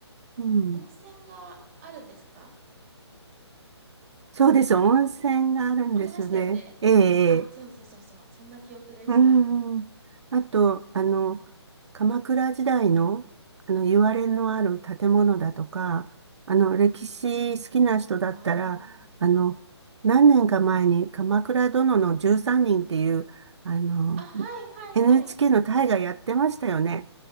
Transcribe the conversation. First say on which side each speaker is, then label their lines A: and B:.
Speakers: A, on the right (about 75°); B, on the right (about 30°).
A: うん。
B: 温泉があるんですか？
A: そうです。温泉があるんですよね。
B: 温泉…あ、ありましたよね。
A: ええ、
B: あ、
A: ええ
B: そうそうそうそう、そんな記憶でした。
A: うーん。あと、
B: うーん、
A: あの、
B: い
A: 鎌倉時代の、あの、言われのある建物だとか、あの、歴史好きな人だったら、
B: あ
A: あの、何年か前に鎌倉殿の13人っていう、あの、
B: あ。あ、はいはいはい。
A: NHK の大河やってましたよね。